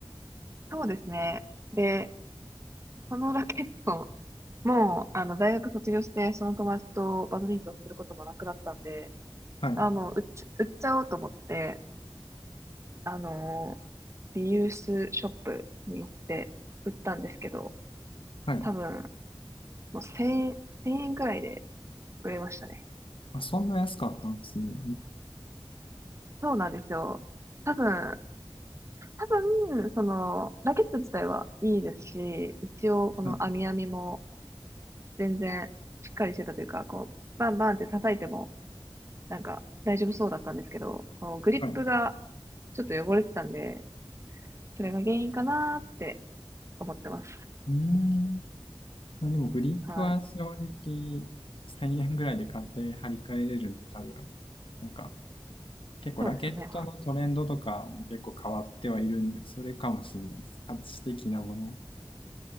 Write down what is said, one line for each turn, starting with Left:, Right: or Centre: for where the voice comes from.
Right: そうですね。で、そのラケット、もう、あの、大学卒業して、その友達とバドミントンすることもなくなったんで、
Left: はい。
Right: あの、売っち、売っちゃおうと思って、あの、リユースショップに行って売ったんですけど、
Left: はい。
Right: 多分、もう1円、1000円くらいで、くれましたね。
Left: あ、そんな安かったんですね。
Right: そうなんですよ。多分、多分、その、ラケット自体はいいですし、一応、この網網も
Left: ええはい。
Right: 全然しっかりしてたというか、こう、バンバンって叩いても、なんか大丈夫そうだったんですけど、このグリップが
Left: はい
Right: ちょっと汚れてたんで、それが原因かなーって思ってます。
Left: うーん。まあ、でもグリップは正直1000円ぐらいで買って張り替えれるんで多分。
Right: はい。
Left: なんか結構ラケットのトレンドとかも結構変わってはいるんで、
Right: そうですね。
Left: それかもしれないです。価値的なもの。